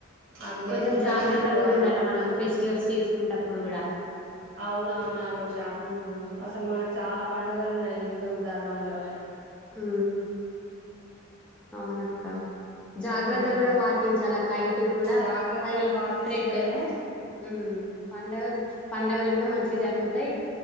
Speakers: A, on the right; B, in the centre.
A: అది లేకుండా
B: కొంచెం జాగ్రత్త
A: చూసుకోవాలి
B: కూడా ఉండాల మనం ఫెస్టివల్స్ చేసుకుంటప్పుడు కూడా
A: అవునవును అనూష
B: ఉమ్
A: అసలు మనకు చాలా పండుగలు ఉన్నాయి హిందూ ధర్మంలోనే
B: మ్ అవునక్క జాగ్రత్తలు
A: ఉమ్
B: కూడా పాటించాలఅక్క కైట్ కూడా
A: జాగ్రత్తలు
B: అది
A: పాటిస్తేనే
B: థ్రెడ్ ఉమ్ పండగ పండగలు కూడా మంచి జరుగుతాయి